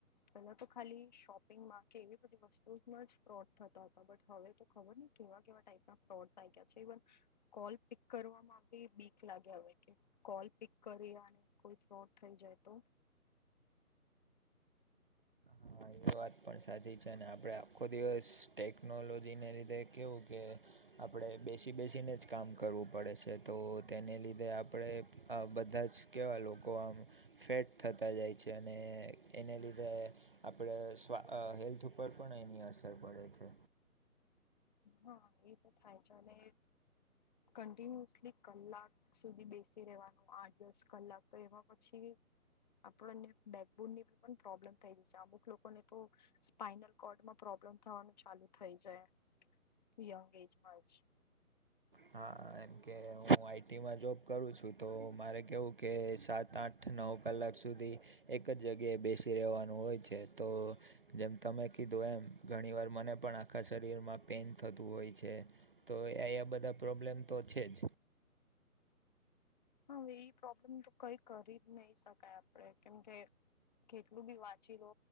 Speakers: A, on the left; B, on the right.
A: પેલા તો ખાલી શોપિંગમાં કે એવી બધી વસ્તુમાં જ ફ્રોડ થતા હતા બટ હવે તો ખબર ને કેવા કેવા ટાઈપ ના ફ્રોડ્સ આ ગયા છે ઇવન કોલ પિક કરવામાં બી બીક લાગ્યા હોય કે કોલ પિક કરી કોઈ ફ્રોટ થઈ જાય તો
B: હા એ વાત પણ સાચી છે અને આપણે આખો દિવસ ટેકનોલોજીને લીધે કવું કે આપણે બેસી બેસીને જ કામ કરવું પડે છે તો તેને લીધે આપણે આ બધા જ કેવા લોકો આમ ફેટ થતા જાય છે અને એને લીધે આપણે સ્વા હેલ્થ ઉપર પણ એની અસર પડે છે
A: હા એ તો થાય છે અને કન્ટિન્યુઅસલી કલાક સુધી બેસી રહેવાનું આઠ દસ કલાક તો એમાં પછી આપણને બેકબોન નીી પણ પ્રોબ્લેમ થઈ ગ છે અમુક લોકોને તો સ્પાઈનલ કોર્ડ માં પ્રોબ્લેમ થવાનું ચાલુ થઈ જાય યંગ એજમાં જ
B: હા એમકે હું આઈટીમાં જોબ કરું છું તો મારે કેવું કે સાત આઠ નવ કલાક સુધી એક જ જગ્યાએ બેસી રહેવાનું હોય છે તો જેમ તમે કીધું એમ ઘણી વાર મને પણ આખા શરીરમાં પેન થતું હોય છે તો એયા બધા પ્રોબ્લેમ તો છે જ
A: હાવે એ પ્રોબ્લેમ તો કઈ કરી જ નહી શકાય આપડે કેમકે કેટલું બી વાંચી લો